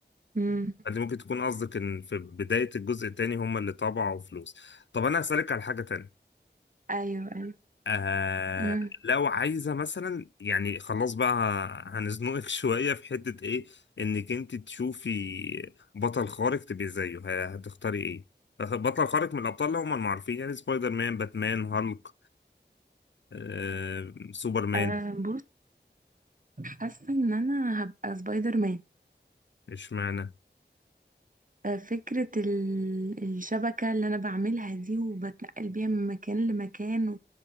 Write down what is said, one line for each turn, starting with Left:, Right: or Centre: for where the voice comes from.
Right: امم
Left: انت ممكن تكون قصدك ان في بداية الجزء التاني هم اللي طبعوا فلوس طب انا هسألك على حاجة تانية
Right: ايوه ايوه
Left: آه
Right: امم
Left: لو عايزة مثلا يعني خلاص بقى هنزنقك <laughs> شوية في حتة ايه انك انت تشوفي بطل خارق تبقي زيه ه- هتختاري ايه بطل خارق من الابطال اللي هم المعروفين يعني سبايدر مان باتمان هالك آه سوبرمان
Right: آه بص حاسه ان انا هبقى سبايدر مان
Left: اشمعنى
Right: آه فكره ال... الشبكه اللي انا بعملها دي وبتنقل بيها من مكان لمكان و-